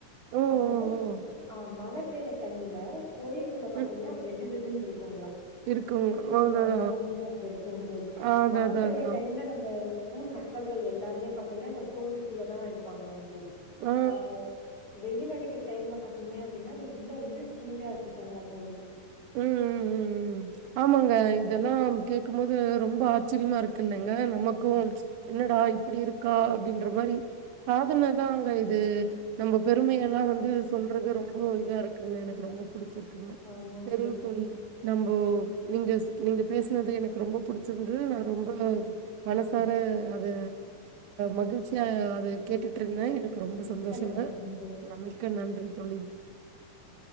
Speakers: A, on the right; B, on the left.
A: ஓ!
B: அப்புறம்
A: ஓ! ஓ!
B: அஹ் மழை மழை பெய்யற டைம்ல கோயிலுக்குள்ள பாத்தீங்கன்னா
A: ம்.
B: வெது வெ அப்ப இருக்குங்களா
A: இருக்குங்க. அதான்,
B: ஒரு அனுபவமே அங்க இருக்குன்னு சொல்ல
A: அதான்,
B: மழை
A: அதான்,
B: பெய்ய
A: அதான்.
B: டைம்ல நம்ம ஊர் மக்கள்கள் எல்லாருமே பாாரத்தீங்கன்னா இந்த கோவிலுக்குள்ள தான் இருப்பாங்களா சரி
A: ஆ.
B: ஆஹ வெயில் அடி டைம்ல பாத்தீங்க அப்படின்ா உள்ள வந்து குளரா இருக்கும் வாத்தலி
A: உம் உம் உம் உம் ஆமாங்க இதெல்லாம் கேட்க போோது ரொம்ப ஆ ஆச்சரியமா இருக்கு இல்லைங்க நமக்கும் என்னடா இப்படி இருக்கா அப்படின்ற மாதிரி சாதனைதான் அங்க இது நம்ம பெருமைகள் எல்லாம் வந்து சொல்றது ரொம்ப இதா இருக்குங்க எனக்கு ரொம்ப புிடிச்சிருக்குங்க
B: ஆமாங்க
A: த
B: தோழி.
A: துழில் நம்ம்ப நீங்க நீங்க பேசினது எனக்கு ரொம்ப புிடிச்சிருந்தது நான் ரொம்ப மனசார அது் மகிழ்ச்சியா அதது கேட்டுட்டு இருந்தேன் எனக்கு ரொம்ப
B: மிக்க
A: சந்தோஷங்க
B: நன்றிங்க
A: நம்பிக்க நன்றி தள்ள
B: ஹம்